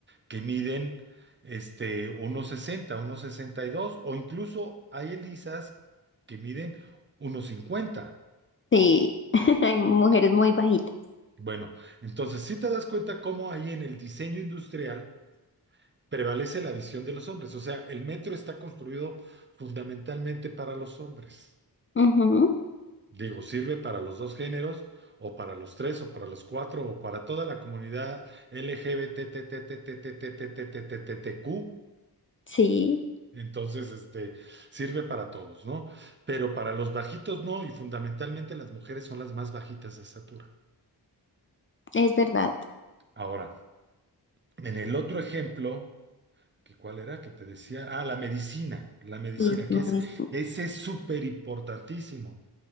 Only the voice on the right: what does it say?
que miden este, uno sesenta, uno sesenta y dos, o incluso hay elisas que miden uno cincuenta.
Bueno, entonces si te das cuenta cómo ahí en el diseño industrial prevalece la visión de los hombres. O sea, el metro está construido fundamentalmente para los hombres.
Digo, sirve para los dos géneros, o para los tres, o para los cuatro, o para toda la comunidad lgbtttttttttttttq
Entonces, este, sirve para todos, ¿no? Pero para los bajitos no, y fundamentalmente las mujeres son las más bajitas de estatura.
Ahora, en el otro ejemplo, que cuál era que te decía, ah, la medicina, la medicina,
que es,
ese es súper importantísimo.